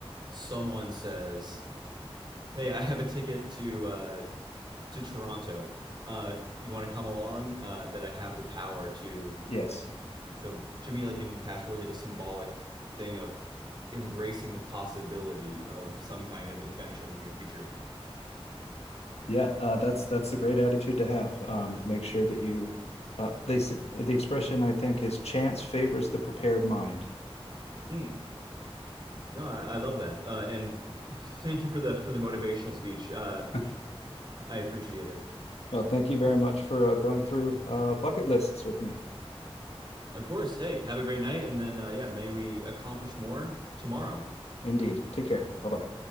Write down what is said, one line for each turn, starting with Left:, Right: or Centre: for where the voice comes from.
Right: someone says, "Hey, I have a ticket to uh, to Toronto. Uh, you want to come along?" Uh, that I have the power to.
Left: Yes.
Right: And so to me, like getting the passport is like a symbolic thing of embracing the possibility of some kind of adventure in the near future.
Left: Yeah, uh, that's that's a great attitude to have. Um, make sure that you, uh, they s- the expression I think is chance favors the prepared mind.
Right: Hmm. No, I, I love that, uh, and <laughs> thank you for the for the motivational speech. Uh,
Left: <laughs>
Right: I appreciate it.
Left: Well, thank you very much for uh, going through uh, bucket lists with me.
Right: Of course. Hey, have a great night, and then uh, yeah, may we accomplish more tomorrow.
Left: Indeed. Take care. Bye bye.